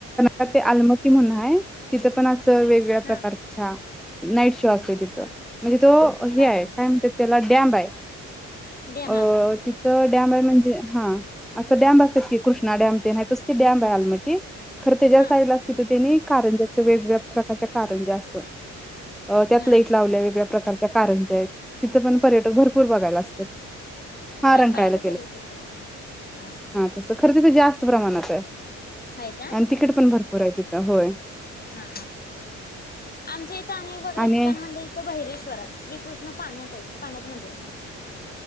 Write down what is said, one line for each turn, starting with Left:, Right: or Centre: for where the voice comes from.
Centre: क <unintelligible> ते अलमट्टी म्हणून हाय. तिथं पण वेगवेगळ्या
Left: हा
Centre: प्रकार च्या <unintelligible> तथ
Left: हा
Centre: म्हणजे, तो हे
Left: नाहीच
Centre: काय म्हणत्यात त्या त्या बाय‌.
Left: दे
Centre: अ
Left: हा
Centre: तिथं डॅम हाय म्हणजे? हा, अस
Left: हा
Centre: ते कृष्णाडे्यामतेन <unintelligible> डॅम. <unintelligible> अलमट्टी, खर तेजा
Left: हा
Centre: साईड लाच तेनी कारंज्याचं वेगवेगळ्या प्रकारच्या कारंज्या असं. अ त्यात
Left: हा
Centre: लाईट लावल्या वेगळ्या प्रकारच्या. कारंजा <unintelligible> तिथं पण पर्यटक भरपूर बघायला असतात. हा
Left: रंकाळेला
Centre: रंकाळायला
Left: केलंय तस आ ह.
Centre: तस खरं तिथं जास्त प्रमाणात हाय
Left: हाय का
Centre: आणि तिकीट पण भरपूर. हाय तिथं होय.
Left: हा आमच्या इथं अनेक बघायची
Centre: आणि
Left: कारण म्हणजे तथं बहिरेश्वरात श्रीकृष्ण पाण्यात आहेत पाण्यात मंदिर हाय